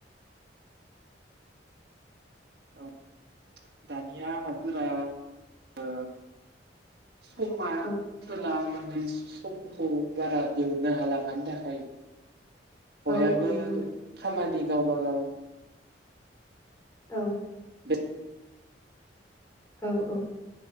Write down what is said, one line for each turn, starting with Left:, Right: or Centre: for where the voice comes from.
Right: औ दानिया <unintelligible> आ समा
Left: औ
Right: होला माने समखौ बारा दिहुननो हाला मानि थाखाय? बयबो
Left: औ औ नंगौ नोंथां
Right: खामानि गावबा गाव
Left: औ
Right: बे
Left: औ औ